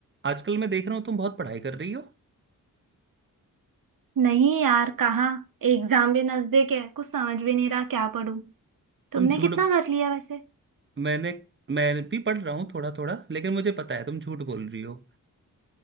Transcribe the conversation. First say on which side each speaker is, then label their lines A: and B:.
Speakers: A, on the right; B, on the right.
A: आजकल मैं देख रहा हूँ तुम बहुत पढ़ाई कर रही हो
B: नहीं यार कहाँ एग्जाम भी नजदीक है कुछ समझ भी नहीं रहा क्या पढूं तुमने
A: तुम झूठ
B: कितना कर लिया वैसे
A: मैंने मैं भी पढ़ रहा हूँ थोड़ा थोड़ा लेकिन मुझे पता है तुम झूठ बोल रही हो